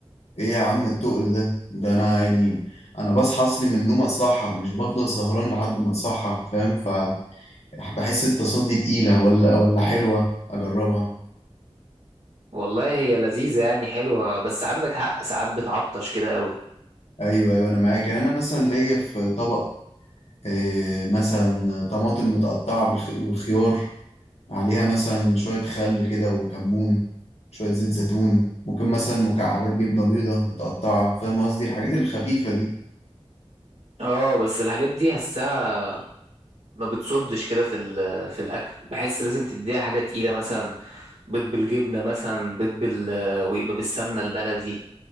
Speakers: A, on the left; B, on the right.
A: ايه يا عم التقل ده ده انا يعني انا بصحى اصلي من النوم اتسحر مش بفضل سهران لحد ما اتسحر فاهم فبحس التصدي تقيلة ولا ولا حلوة اجربها
B: والله هي لذيذه يعني حلوه بس عندك حق ساعات بتعطش كده قوي
A: ايوه ايوه انا معاك يعني انا مثلا ليا في طبق آه، مثلا طماطم متقطعه بالخ- والخيار عليها مثلا شويه خل كده وكمون شويه زيت زيتون ممكن مثلا مكعبات جبنه بيضه متقطعه فاهم قصدي الحاجات الخفيفه دي
B: اه بس الحاجات دي حسها ما بتصدش كده في ال- في الاكل بحس لازم تديها حاجه تقيله مثلا بيض بالجبنه مثلا بيض بال ويبقى بالسمنه البلدي